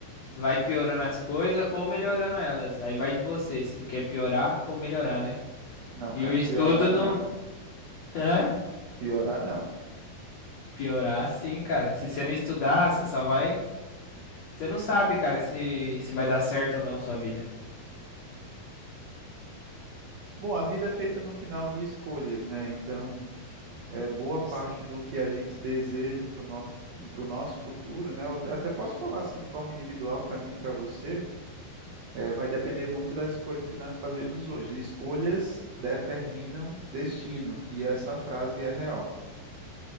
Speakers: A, on the left; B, on the right.
A: vai piorando as coisas ou melhorando elas. Aí vai de você, se você quer piorar ou melhorar, né?
B: Não,
A: E
B: cara,
A: o estudo
B: piorar não.
A: não. <laughs> Hã?
B: Piorar não.
A: Piorar, sim, cara. Se você não estudar, você só vai. Você não sabe, cara, se, se vai dar certo ou não sua vida.
B: Bom, a vida é feita no final de escolhas, né? Então, é boa parte
A: Sim.
B: do que a gente deseja para o nosso, para nosso futuro, né? Eu até posso falar assim de forma individual para mim e para você, é, vai depender muito das escolhas que nós fazemos hoje. Escolhas determinam destino, e essa frase é real.